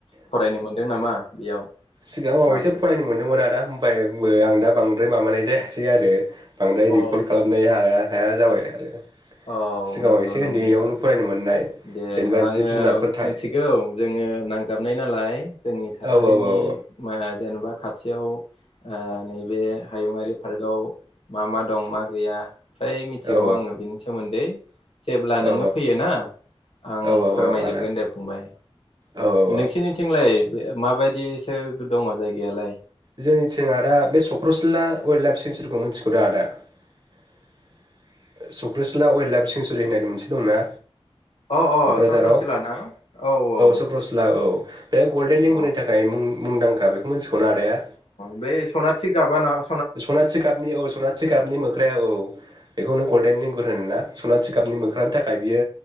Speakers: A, on the left; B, on the right.
A: फरायनो मोनदों नामा? बेयाव
B: सिगांआव
A: माबोरै
B: एसेफरायनो
A: बोरै
B: मोनदोंमोन आदा ओबाय आंबो आंदा बांद्राय माबानाय जायासै आरो बांद्राय
A: अ
B: रिकल खालामनाय हाया हाया जाबाय आरो
A: औ
B: सिगाङाव
A: नंगौ
B: एसे
A: नंनायलाय
B: उन्दैयावनो फरायनो मोननाय
A: दे
B: जेनेबा
A: आङो
B: जिब जुनारफोर थाय
A: मिथिगौ जोङो नांजाबनाय नालाय, जोंनि थासारिनि
B: औ औ औ
A: मा जेन'बा खाथियाव ओ नैबे हायुङरारि पार्कआव मा मा दं मा गैया फ्राय मिथिगौ
B: औ
A: आङो बेनि सा सोमोन्दै जेब्ला नोङो
B: औ
A: फैयोना आं
B: औ
A: फोरमायजोबगोन
B: औ आदा
A: दे फंबाय
B: औ औ
A: नोंसिनिथिंलाय बे माबायदिसो दङ जायगायालाय
B: जोंनिथिं आदा बे चक्रसिला वाइल्ड लाइफ सेंसुरिखौ मिथिगौदा आदा चक्रसिला वाइल्ड लाइफ सेंसुरि होन्नानै मोनसे दंना?
A: अ अ
B: क'क्राझाराव
A: चक्रसिला ना औ औ
B: सक्रसिला औ बे गल्डेन देंगुनि
A: अ
B: थाखाय मुं मुंदांखा बे मोनथिगौना आदाया?
A: बे स'नाथि गाबाना?
B: स'नाथि गाबनि औ सनाथि गाबनि मोख्राया औ बेखौनो गल्डेननि गुर होनोना स'नाथि गाबनि मोख्रानि थाखाय बियो